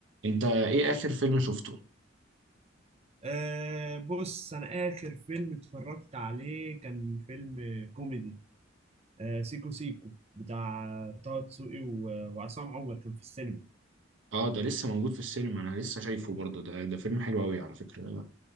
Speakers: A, on the right (about 80°); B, on the right (about 35°).
A: انت ايه اخر فيلم شفته
B: أه بص أنا آخر فيلم اتفرجت عليه كان فيلم كوميدي أه سيكو سيكو بتاع طه دسوقي و- وعصام عمر كان في السينما
A: اه ده لسه موجود في السينما انا لسه شايفه برضه ده ده فيلم حلو قوي على فكرة